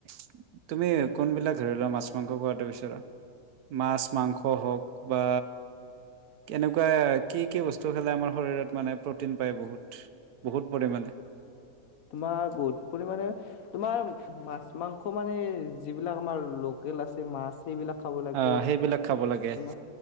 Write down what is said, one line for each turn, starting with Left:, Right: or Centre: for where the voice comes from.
Right: - তুমি <unintelligible> ধৰি লোৱা মাছ মাংস <unintelligible> মাছ মাংস হওঁক বা এনেকুৱা কি কি বস্তু খালে আমাৰ শৰীৰত মানে প্ৰটিন পাই বহুত বহুত প্ৰটিন <unintelligible>
Left: তোমাৰ বহুত পৰিমণে তোমাৰ মাছ - মাংস মানে যিবিলাক আমাৰ লোকেল আছে মাছ সেইবিলাক খাব লাগে
Right: অ' সেইবিলাক খাব লাগে,
Left: তোমাৰ